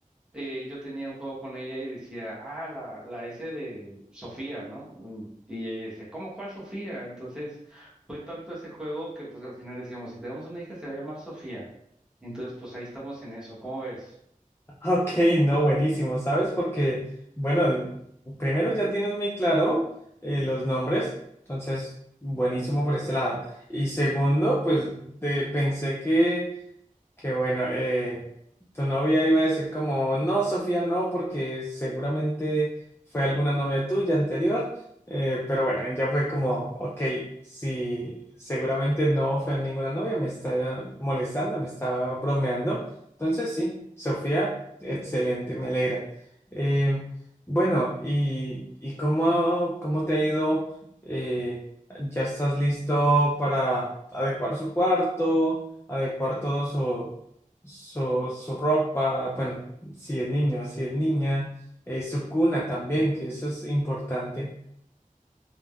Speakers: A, in the centre; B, on the left.
A: eh, yo tenía un juego con ella y decía, ah, la, la S de Sofía, ¿no? Mm, Y ella decía, ¿cómo cuál Sofía? Entonces fue tanto ese juego que pues al final decíamos, si tenemos una hija se va a llamar Sofía. Entonces pues ahí estamos en eso, ¿cómo ves?
B: Ok, no, buenísimo, ¿sabes? Porque, bueno, primero ya tienes muy claro eh, los nombres, entonces, buenísimo por este lado. Y segundo, pues te pensé que Qué bueno. eh, tu novia iba a decir como, no, Sofía, no, porque seguramente fue alguna novia tuya anterior. eh, pero bueno, ella fue como, ok, si seguramente no fue ninguna novia, me está molestando, me está bromeando. Entonces sí, Sofía, excelente, me alegra. Eh, bueno, ¿y, y cómo, cómo te ha ido? Eh, ¿ya estás listo para adecuar su cuarto? adecuar todo su, su, su ropa, bueno, si es niño, si es niña, eh, su cuna también, que eso es importante.